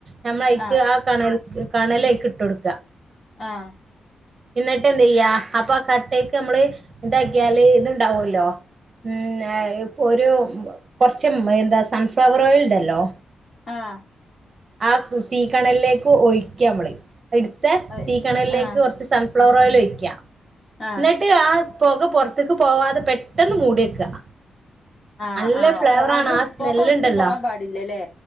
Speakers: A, on the right; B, on the left.
A: നമ്മളൈക്ക്
B: ആഹ്
A: ആ കണല്ക്ക് കണലയിക്ക് ഇട്ടൊട്ക്കാ
B: ആഹ്
A: എന്നിട്ട് എന്ത ചെയ്യാ അപ്പൊ ആ കട്ടയക്ക് നമ്മള് ഇന്താക്കിയാല് ഇത്ണ്ടാവല്ലോ ഉം ഇപ്പൊ ഒരു കൊറച്ച എന്താ സൺഫ്ലവർ ഓയിൽ ഉണ്ടല്ലോ.
B: ആഹാ
A: ആ തീ കണലിലേക്ക് ഒഴിക്കമ്മള എടുത്ത്
B: ആഹ്
A: തീ കിണലിലേക്ക്
B: ആഹ്
A: കുറച്ച് സൺഫ്ലവർ
B: ഉം
A: ഓയിൽ
B: ഉം
A: വയ്ക്കുക
B: ആഹ്
A: എന്നിട ഇന്നിട്ടാ പൊക പൊർത്ത്ക്ക് പോവാതെ പെട്ടെന്ന് മൂടിയെക്കാ
B: ആഹ്
A: നല്ല
B: ആഹ്
A: ഫ്ലേവറാണ്
B: ഓ അത്
A: ആ സ്മെല്ല്ണ്ടല്ലോ?
B: പൊക ഒട്ടും പോവാൻ പാടില്ലല്ലേ